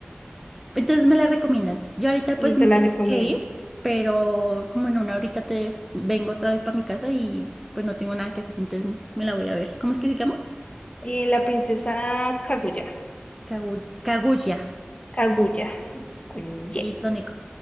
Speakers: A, in the centre; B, on the left.
A: Entonces me la recomiendas. Yo
B: <laughs>
A: ahorita
B: y
A: pues me
B: te la
A: tengo
B: recomiendo.
A: que ir, pero como en una horita te vengo otra vez para mi casa y pues no tengo nada que hacer, entonces me la voy a ver. ¿Cómo es que se llama?
B: Eh, la princesa Kaguya.
A: Kagu- Kaguya.
B: Kaguya, sí, con Y.
A: Listo, Nico.